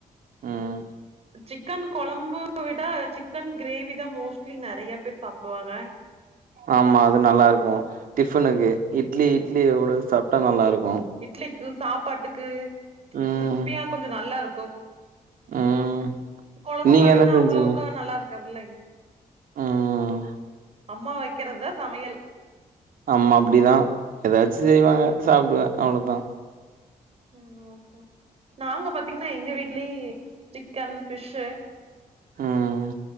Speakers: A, on the right (about 80°); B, on the right (about 45°).
A: ம்
B: சிக்கன் கொழம்பு விட சிக்கன் கிரேவி தா மோஸ்ட்லி நெறைய பேர் சாப்டுவாங்க
A: ஆமா அது நல்லா இருக்கு டிஃபனுக்கு இட்லி இட்லி உட சாப்டா நல்லா இருக்கு
B: இட்லிக்கு சாப்பாட்டுக்கு
A: ம்
B: கிறிஸ்பியா கொஞ்சோ நல்லா இருக்கு
A: ம்
B: கொழம்பு
A: நீங்க
B: பாத்தீங்ன்னா
A: என்ன செஞ்சீங்க
B: அவுளோக்கா நல்லா இருக்க இல்லங்
A: ம்
B: அம்மா வக்கிறதா சமையல்
A: அம்மா அப்டிதா எதாச்சு செய்வாங்க சாப்டுவ அவ்ளோதா
B: ம் ஓகே ஓ நாங்க பாத்தீங்ன்னா எங்க வீட்லே சிக்கன் ஃபிஷு
A: ம்